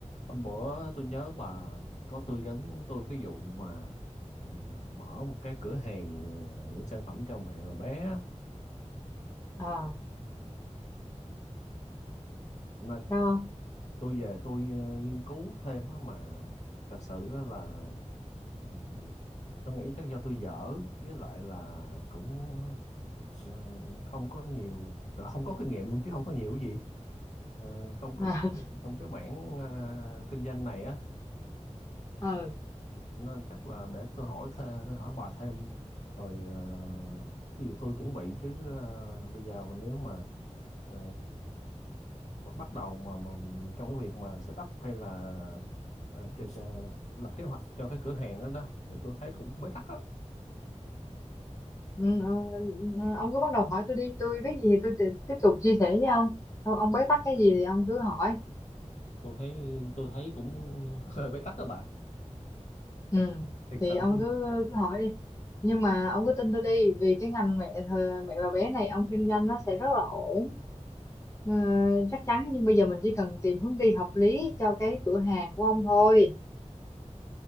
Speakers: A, on the left; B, on the left.
A: Hôm bữa tôi nhớ bà có tư vấn tôi cái vụ mà ừ, à, mở một cái cửa hàng ờ, những sản phẩm cho mẹ và bé á.
B: à
A: mà
B: sao không
A: tôi về tôi ờ, nghiên cứu thêm á mà thật sự á là ừ, tôi nghĩ chắc do tôi dở với lại là cũng ờ, không có nhiều gọi không có kinh nghiệm luôn chứ không có nhiều cái gì Ờ, không có
B: à,
A: kinh nghiệm trong cái mảng ờ, kinh doanh này á
B: <laughs> ừ,
A: Ừ, nên chắc là để tôi hỏi thêm tôi hỏi bà thêm rồi ờ, cái gì tôi chuẩn bị chứ ờ, bây giờ mà nếu mà ờ, ờ, bắt đầu mà, mà trong cái việc mà set up hay là ờ, cho, cho, lập kế hoạch cho cái cửa hàng đó đó thì tôi thấy cũng bế tắc á
B: ừ, ừ, ông cứ bắt đầu hỏi tôi đi tôi biết gì thì tôi ti- tiếp tục chia sẻ với ông ông ông bế tắc cái gì thì ông cứ hỏi
A: tôi thấy tôi thấy cũng <laughs> hơi bế tắc đó bà
B: ừ.
A: thiệt
B: thì
A: sự
B: ông
A: luôn
B: cứ cứ hỏi đi nhưng mà ông cứ tin tôi đi vì cái ngành mẹ thờ- mẹ và bé này ông kinh doanh nó sẽ rất là ổn Ờ, chắc chắn nhưng bây giờ mình chỉ cần tìm hướng đi hợp lý cho cái cửa hàng của ông thôi